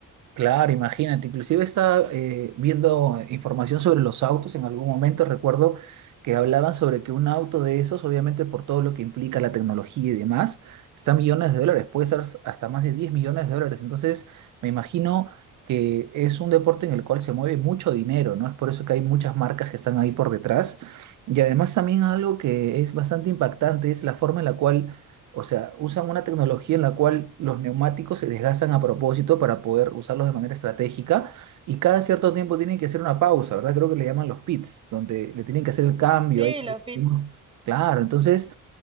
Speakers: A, on the right (about 60°); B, on the right (about 15°).
A: Claro, imagínate, inclusive estaba eh, viendo información sobre los autos, en algún momento recuerdo que hablaban sobre que un auto de esos, obviamente por todo lo que implica la tecnología y demás, está a millones de dólares, puede ser hasta más de 10 millones de dólares, entonces me imagino que es un deporte en el cual se mueve mucho dinero, ¿no? Es por eso que hay muchas marcas que están ahí por detrás y además también algo que es bastante impactante es la forma en la cual o sea, usan una tecnología en la cual los neumáticos se desgastan a propósito para poder usarlos de manera estratégica y cada cierto tiempo tienen que hacer una pausa, ¿verdad? Creo que le llaman los pits, donde le tienen que hacer el cambio.
B: Sí,
A: ahí.
B: los pits.
A: Claro, entonces